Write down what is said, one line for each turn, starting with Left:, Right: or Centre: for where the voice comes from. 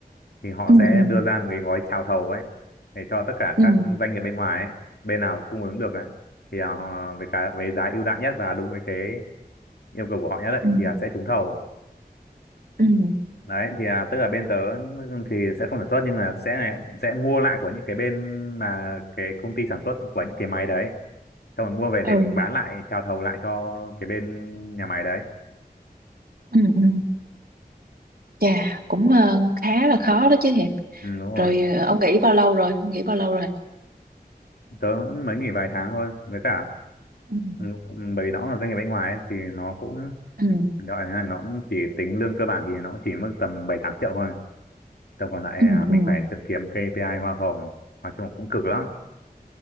Left: thì họ
Right: ừ
Left: sẽ
Right: ừ
Left: đưa ra một cái gói chào thầu ấy để cho tất cả
Right: ừ
Left: các doanh nghiệp bên ngoài ấy bên nào cung ứng được ấy thì à, họ với cái với giá ưu đãi nhất và đúng với cái yêu cầu của họ nhất ấy
Right: ừ
Left: thì à, sẽ trúng thầu
Right: ừ
Left: đấy thì à, tức là bên tớ thì sẽ không sản xuất nhưng là sẽ sẽ mua lại của những cái bên mà cái công ty sản xuất của những cái máy đấy xong rồi mua về để
Right: ừ
Left: mình bán lại chào thầu lại cho cái bên nhà máy đấy
Right: ừ ừ. chà cũng ờ, khá là khó đó chứ Hiệp
Left: ừ, đúng rồi
Right: rồi ờ, ông nghỉ bao lâu rồi nghỉ bao lâu rồi
Left: tớ mới nghỉ vài tháng thôi với cả
Right: ừ
Left: ừ, bởi vì nó là doanh nghiệp bên ngoài ấy, thì nó cũng
Right: ừ
Left: Đó là nó cũng chỉ tính lương cơ bản thì nó cũng chỉ mức tầm bảy tám triệu thôi. Tầm còn lại
Right: ừ
Left: à,
Right: ừ
Left: mình phải tự kiếm P.I. hoa hồng. Nói chung cũng cực lắm.